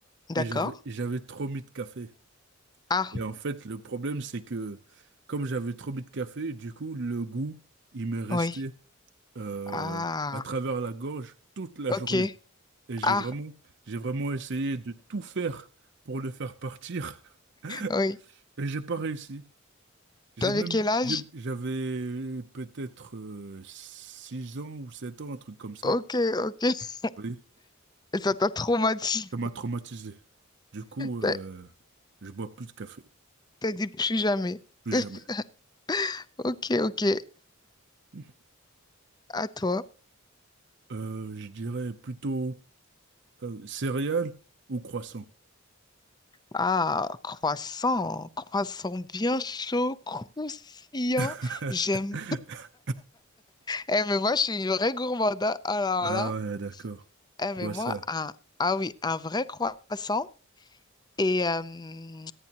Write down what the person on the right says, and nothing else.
et j'avais j'avais trop mis de café.
Et en fait, le problème, c'est que comme j'avais trop mis de café, du coup, le goût, il me restait
euh,
à travers la gorge toute la
journée. Et j'ai
vraiment, j'ai vraiment essayé de tout faire pour le faire partir
<laughs> et j'ai pas réussi. J'ai
même,
j'ai- j'avais peut-être euh, six ans ou sept ans, un truc comme ça.
Oui,
ça m'a traumatisé. Du coup, euh,
je bois plus de café,
plus
jamais.
<laughs>
Euh, je dirais plutôt euh, céréales ou croissants.
<laughs>
Ah
ouais, d'accord.
Je
vois
ça.